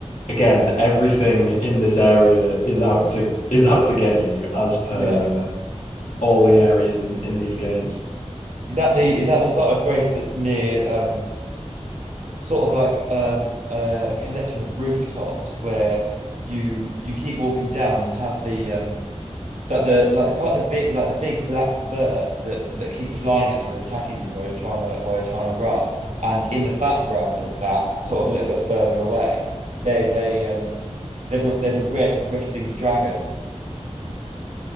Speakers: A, on the left; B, on the right.
A: again, everything in this area is out to is out to get you, as per
B: Yeah,
A: uh, all the areas in, in these games.
B: is that the is that the site of grace that's near um sort of like um uh, a collection of rooftops where you you keep walking down and you have the um like the like the, quite the big like the big black birds that that keep flying at you and attacking you while you're trying to while you're trying to run. And in the background of that, sort of a little bit further away, there's a um there's a there's a red resting dragon